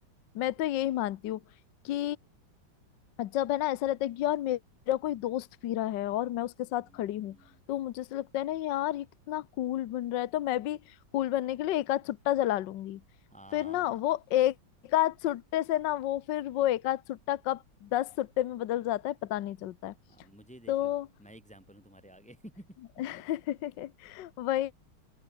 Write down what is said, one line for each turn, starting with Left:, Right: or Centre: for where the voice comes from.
Centre: सही
Left: मैं तो
Centre: बोला
Left: यही मानती हूँ कि जब है ना ऐसा रहता है कि यार मेरा कोई दोस्त पी रहा है और मैं उसके साथ
Centre: हम्म
Left: खड़ी हूँ तो मुझे से लगता है ना यार ये कितना कूल बन रहा है तो मैं भी कूल बनने के लिए एक आध सुट्टा जला लूंगी
Centre: हाँ
Left: फिर ना वो एक एक आध सुट्टे से ना वो फिर वो एक आध सुट्टा कब दस सुट्टे में बदल जाता है पता नहीं चलता है
Centre: हाँ, मुझे देख
Left: तो
Centre: लो मैं एग्जाम्पल हूँ तुम्हारे आगे
Left: <laughs>
Centre: <laughs>
Left: वही